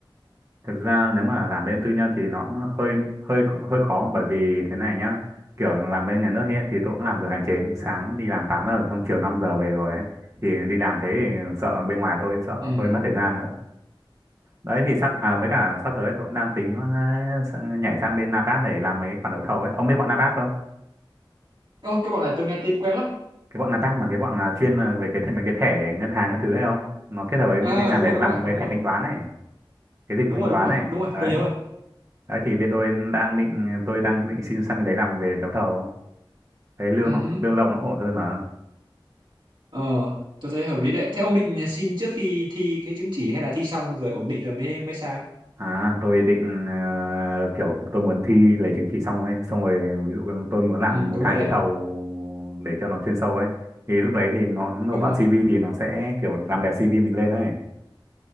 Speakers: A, on the right; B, on the right.
A: Thực ra nếu mà làm bên tư nhân thì nó cũng hơi hơi hơi khó bởi vì thế này nhá. Kiểu làm bên nhà nước hiện thì tôi cũng làm giờ hành chính, sáng đi làm 8 giờ xong chiều 5 giờ về rồi ấy. Thì đi làm thế thì sợ bên ngoài tôi sợ
B: ừ
A: hơi mất thời gian nữa. Đấy thì sắp à với cả sắp tới tôi cũng đang tính ờ, sang- nhảy sang bên Napat để làm mấy khoản đấu thầu ấy. Ông biết bọn Napat không?
B: Ơ, cái bọn này tôi nghe tên quen lắm
A: Cái bọn Napat mà cái bọn à, chuyên à, về cái thẻ- mấy cái thẻ ngân hàng các thứ ấy không? Nó kết hợp với
B: ờ
A: bên ngành
B: đúng
A: đấy
B: rồi
A: nó
B: đúng
A: làm
B: rồi
A: mấy
B: đúng
A: thẻ
B: rồi
A: thanh toán ấy. cái dịch
B: đúng
A: vụ thanh
B: rồi
A: toán
B: đúng rồi
A: này
B: đúng rồi
A: đấy
B: tôi nhớ rồi
A: đấy thì bên tôi đang định tôi đang định xin sang bên đấy làm về đấu thầu thấy lương
B: ừ
A: nó
B: hứ.
A: lương lậu nó ổn hơn mà
B: ờ tôi thấy hợp lý đấy thế ông định xin trước khi thi cái chứng chỉ hay là thi xong rồi ổn định rồi mới mới sang
A: à tôi định ờ, kiểu tôi muốn thi lấy chứng chỉ xong ấy xong rồi ví dụ tôi muốn làm
B: ừ
A: một
B: đúng
A: hai
B: rồi đấy
A: cái thầu để cho nó chuyên sâu ấy thì lúc đấy thì nó nộp
B: đúng
A: vào
B: rồi
A: CV thì nó sẽ kiểu làm đẹp CV mình lên ấy